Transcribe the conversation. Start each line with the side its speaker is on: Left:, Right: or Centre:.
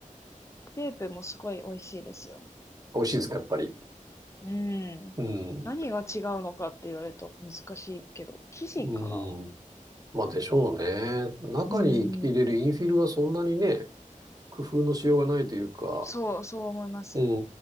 Left: クレープもすごい美味しいですよ。
Right: 美味しいですか、やっぱり。
Left: うん。
Right: うん。
Left: 何が違うのかって言われると難しいけど、生地かな
Right: うん。まあでしょうね。中に入れるインフィルはそんなにね、
Left: うん。
Right: 工夫のしようがないというか、
Left: そう、そう思います。
Right: う